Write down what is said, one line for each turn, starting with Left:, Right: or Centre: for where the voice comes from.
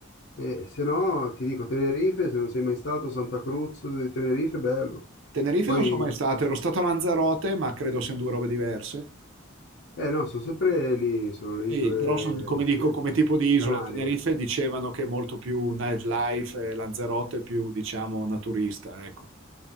Left: E se no, ti dico Tenerife, se non sei mai stato, Santa Cruz di Tenerife, bello.
Right: Tenerife
Left: Poi,
Right: non sono mai stato, ero stato a Lanzarote, ma credo siano due robe diverse.
Left: eh no, sono sempre lì, sono le
Right: Sì,
Left: isole,
Right: però son- come dico,
Left: sì,
Right: come tipo di isola,
Left: Canarie.
Right: Tenerife dicevano che è molto più nightlife e Lanzarote più, diciamo, naturista, ecco.